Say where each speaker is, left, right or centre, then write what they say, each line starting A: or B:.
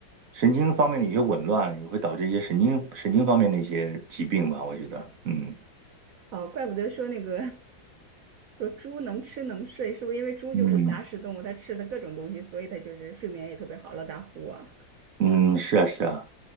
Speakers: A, on the right; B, on the right.
A: 神经方面的一些紊乱也会导致一些神经神经方面的一些疾病吧，我觉得，嗯
B: 哦，怪不得说那个 <laughs> 说猪能吃能睡，是不是因为猪就是杂食动物，
A: 嗯
B: 它吃的各种东西，所以它就是睡眠也特别好，老打呼啊。
A: 嗯，是啊是啊，